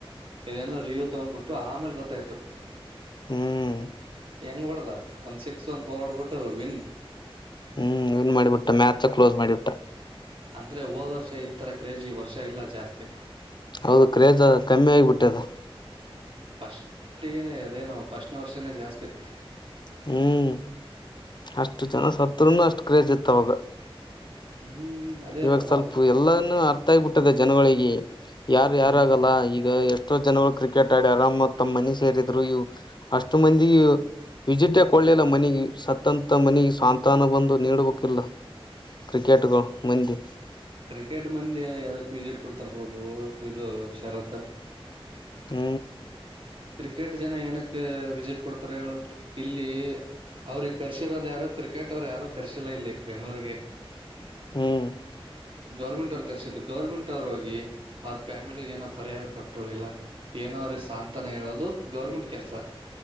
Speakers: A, on the right; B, on the left.
A: ಇದೇನು ರಿವ್ ತಗ್ಬಿಟ್ಟು ಆಮೇಲ್ ಗೊತ್ತಾಯ್ತು
B: ಹ್ಮ್
A: ಹೆಂಗ್ ಹೋಡ್ದ ಒಂದ್ ಸಿಕ್ಸ್ ಒಂದ್ ಪೋಲ್ ಹೊಡಬಿಟ್ಟು ತ ವಿನ್ <unintelligible>
B: ಹ್ಮ್ ಅವ್ನ್ ಮಾಡ್ಬಿಟ್ಟ ಮ್ಯಾತ್ಸ್ ಕ್ಲೋಸ್ ಮಾಡ್ಬಿಟ್ಟ.
A: ಅಂದ್ರೆ ಹೋದ್ ವರ್ಷ ಈ ತರ ಕ್ರೇಜಿ ಈ ವರ್ಷ ಇಲ್ಲ ಜಾಸ್ತಿ.
B: ಹೌದು ಕ್ರೇಜ ಕಮ್ಮಿ ಆಗ್ಬಿಟ್ಟದ.
A: ಪಷ್ಟೇಗಿನೇ ಅದೇನು ಪಸ್ಟ್ನೆ ವರ್ಷನೇ ಜಾಸ್ತಿ.
B: ಹ್ಮ್ ಅಷ್ಟು ಜನ ಸತ್ರುನು ಅಷ್ಟ ಕ್ರೆಸ್ ಈತ್ ಅವಾಗ.
A: ಹ್ಮ್ ಅದೇ
B: ಇವಾಗ್
A: ಪಾಪ
B: ಸ್ವಲ್ಪ ಎಲ್ಲನ್ನು ಅರ್ಥ ಆಗ್ಬಿಟ್ ಟ್ಟದ ಜನ್ಗುಳಿಗೆ. ಯಾರು
A: ಹ್ಮ್
B: ಯಾರಾಗಲ್ಲ ಈಗ ಎ ಎಷ್ಟೋ ಜನಗಳ್ ಕ್ರಿಕೆಟ್ ಆಡಿ ಆರಾಮ ತಮ್ಮ ಮನೆ ಸೇರಿದ್ರು ಇವ್ ಅಷ್ಟು ಮಂದಿ ವಿಜಿಟ್ಟೆ ಕೊಡ್ಲಿಲ್ಲ ಮನಿಗೆ ಸತಂತ ಮನಿಗ್ ಸಾನ್ತ್ವನ ಬಂದು ನೀಡಡ್ಬೇಕಿಲ್ಲೋ ಕ್ರಿಕೆಟ್ಗಳು. <unintelligible> ಮಂದಿ.
A: ಕ್ರಿಕೆಟ್ ಮಂದಿ ಯದಕ್ ವಿಸಿಟ್ ಕೊಡ್ತಾರ್ ಪ್ರಭು ಇದು ಶರತ.
B: ಹ್ಮ
A: ಕ್ರಿಕೆಟ್ ಜನ ಏನಕ್ಕ ವಿಸಿಟ್ ಕೊಡ್ತಾರ ಹೇಳು ಇಲ್ಲಿ ಅವ್ರಗ್ ಕರ್ಸಿರೋದ್ ಯಾರು ಕ್ರಿಕೆಟ್ ಅವ್ರು ಯಾರು ಕರ್ಸಿಲ್ಲ ಇಲ್ಲಿ ಬೆಂಗ್ಳೂರ್ಗೆ.
B: ಹ್ಮ್
A: ಗೌರ್ಮೆಂಟ್ ಅವ್ರ ಕರ್ಸಿದ್ದು ಗೌರ್ಮೆಂಟ್ ಅವ್ರ್ ಹೋಗಿ ಅವ್ರ ಫ್ಯಾಮಿಲಿಗ್ ಏನೋ ಪರಿಹಾರ ಕೊಟ್ಟು ಇಲ್ಲ ಏನೋ ಅವರ್ಗ್ ಸಾಂತನೆ ಹೇಳೋದು ಗೌರ್ಮೆಂಟ್ ಕೆಲ್ಸ.